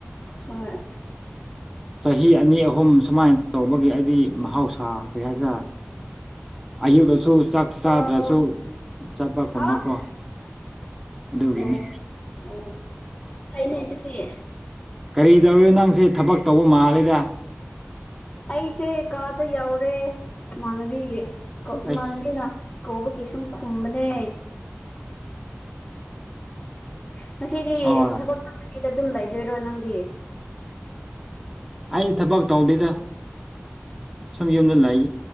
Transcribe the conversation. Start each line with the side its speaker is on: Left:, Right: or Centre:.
Left: ꯍꯣꯏ
Centre: ꯆꯍꯤ ꯑꯅꯤ ꯑꯍꯨꯝ ꯁꯨꯃꯥꯏꯅ ꯇꯧꯕꯒꯤ ꯍꯥꯏꯗꯤ ꯃꯍꯧꯁꯥ ꯀꯩ ꯍꯥꯏꯁꯤꯔ ꯑꯌꯨꯛꯗꯁꯨ ꯆꯥꯛ ꯆꯥꯗ꯭ꯔꯁꯨ
Left: ꯑꯣ
Centre: ꯆꯠꯄꯀꯨꯝꯕꯀꯣ
Left: ꯍꯥ
Centre: ꯑꯗꯨꯒꯤꯅꯤ
Left: ꯑꯣ ꯑꯣ ꯐꯩꯅꯦ ꯑꯗꯨꯗꯤ
Centre: ꯀꯔꯤ ꯇꯧꯔꯤꯅꯣ ꯅꯪꯁꯦ ꯊꯕꯛ ꯇꯧꯕ ꯃꯥꯜꯂꯤꯗꯥ
Left: ꯑꯩꯁꯦ ꯀꯥꯗ ꯌꯧꯔꯦ ꯏꯃꯥꯟꯅꯕꯤꯒꯤ ꯀꯣ
Centre: ꯑꯩꯁ
Left: ꯏꯃꯥꯟꯅꯕꯤꯅ ꯀꯧꯕꯒꯤ ꯁꯨꯝ ꯈꯨꯝꯕꯅꯦ ꯉꯁꯤꯗꯤ
Centre: ꯑꯣ
Left: ꯊꯕꯛ ꯆꯠꯇꯕꯤꯗ ꯑꯗꯨꯝ ꯂꯩꯗꯣꯏꯔꯣ ꯅꯪꯗꯤ
Centre: ꯑꯩ ꯊꯕꯛ ꯇꯧꯗꯣꯏꯗ ꯁꯨꯝ ꯌꯨꯝꯗ ꯂꯩ